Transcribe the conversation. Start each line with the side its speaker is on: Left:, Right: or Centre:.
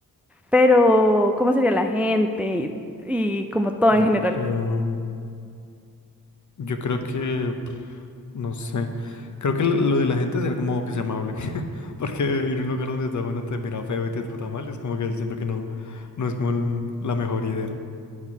Centre: pero ¿cómo sería la gente y, y como todo
Left: Yo
Centre: en general?
Left: creo, yo creo que No sé. Creo que lo lo de la gente será como que sea amable. <laughs> Porque ir a un lugar donde todo el mundo te mira feo y te trata mal es como que siento que no, no es como el- la mejor idea.